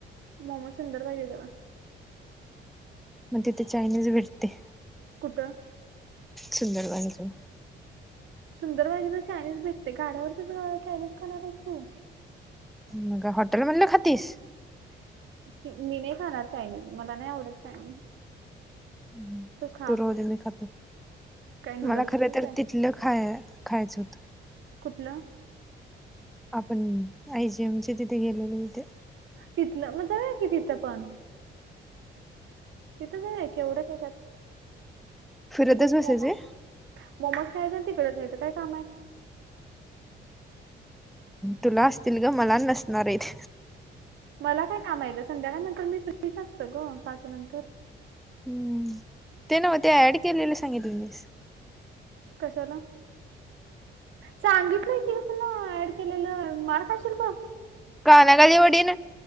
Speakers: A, on the right; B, in the centre.
A: मोमज सुंदर पाहिजेेला.
B: मग ते ते चायनीज भटते.
A: कुठं.
B: सुंदरबागेजवळ.
A: सुंदर बागेजवळ चायनीज भेटते गाड्यावर तर चायनीज खणार आहेस तु.
B: मग हॉटेल म्हधलं खातीस.
A: छी मी नाही खाणार चायनीज मला नाही आवडत चायनीज.
B: हम्म <inaudible>
A: तू खा
B: त रोज मी खातो.
A: काय नूडल्स
B: मला खर
A: खायचं
B: तर
A: आहे
B: तिथलं खाय खायचं होतं.
A: कुठलं.
B: आपण आय जी एमचे तिथे गेलेलो. तिथे.
A: तिथलं. म जाउया कि तिथं पण. तिथंच क एवढं कातात
B: फिरतच
A: तथे
B: बसायचे.
A: मोमोज खायचंन. तिकडे जायचं काय कामे.
B: तुला असतील ग. मला नसणारेत.
A: मला काय कामे ग. संध्याकाळ नंतर मी फ्रीच असतं ग. पाच नंतर.
B: हम्म. ते नव्ह ते ऍड केलेलं सांगितले मीस.
A: कशाला. सांगितलंय की तुला ऍड केलेलं. मार खाशील बघ.
B: कानाखाली वडीन.